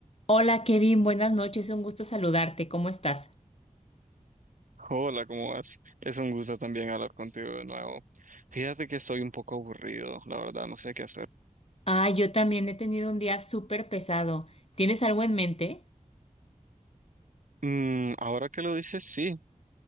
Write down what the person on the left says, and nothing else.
Hola Kevin, buenas noches, un gusto saludarte, ¿cómo estás?
Ah, yo también he tenido un día súper pesado. ¿Tienes algo en mente?